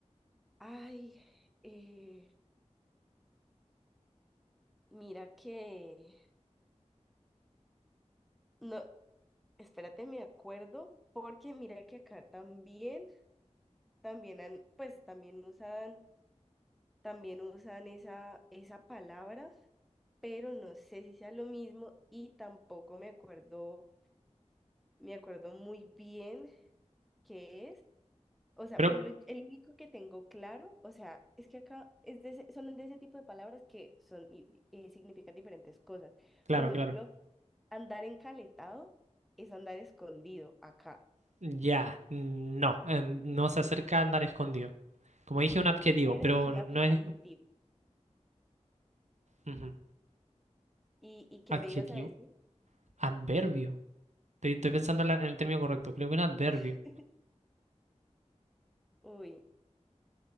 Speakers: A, in the centre; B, on the right.
A: Ay, eh, mira que no, Espérate, me acuerdo, porque mira que acá también, también han, pues también usan, también usan esa, esa palabra, pero no sé si sea lo mismo y tampoco me acuerdo, me acuerdo muy bien qué es. O sea,
B: Pero,
A: por ejemplo, el único que tengo claro, o sea, es que acá es de ese- son de ese tipo de palabras que son, y- y eh, significan diferentes cosas.
B: claro,
A: Por ejemplo,
B: claro.
A: andar encaletado es andar escondido acá.
B: Ya, no, eh, no se acerca a andar escondido. Como dije, un adjetivo,
A: Pero
B: pero
A: es un
B: no
A: abje-
B: no es...
A: adjetivo.
B: ujú,
A: ¿Y, y qué
B: Adjetivo.
A: me ibas a decir?
B: Adverbio. Estoy, estoy pensando en, la- en el término correcto. Creo que un adverbio.
A: <laughs> Uy,